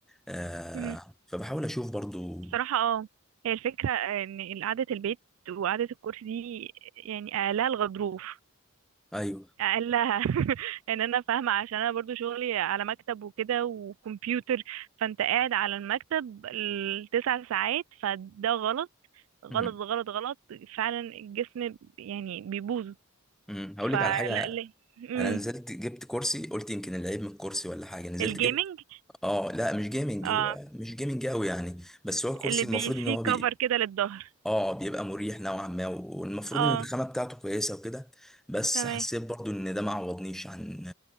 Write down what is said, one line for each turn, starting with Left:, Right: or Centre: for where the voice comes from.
Centre: آه
Right: امم
Centre: فبحاول اشوف برضو
Right: بصراحة اه هي الفكرة ان قعدة البيت وقعدة الكرسي دي يعني اقلها الغضروف
Centre: ايوه
Right: اقلها <laughs> ان انا فاهمة عشان انا برضو شغلي على مكتب وكده وكمبيوتر فانت قاعد على المكتب التسع ساعات فده غلط غلط
Centre: امم
Right: غلط غلط فعلا الجسم يعني بيبوظ
Centre: امم هقول
Right: فلا
Centre: لك على حاجه
Right: ليه امم
Centre: انا نزلت جبت كرسي قلت يمكن العيب من الكرسي ولا حاجه نزلت
Right: الجيمنج
Centre: جبت اه لا مش جيمنج
Right: اه
Centre: هو مش جيمنج قوي يعني بس هو كرسي
Right: اللي بي
Centre: المفروض ان
Right: فيه
Centre: هو بي
Right: كفر كده للظهر
Centre: اه بيبقى مريح نوعا ما والمفروض
Right: اه
Centre: ان الخامه بتاعته كويسه وكده بس
Right: تمام
Centre: حسيت برضو ان ده ما عوضنيش عن